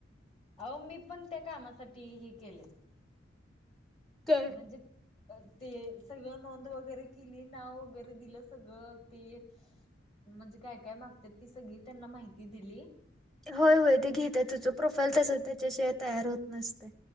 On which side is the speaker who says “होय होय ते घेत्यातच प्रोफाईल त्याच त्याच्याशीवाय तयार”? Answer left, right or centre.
Centre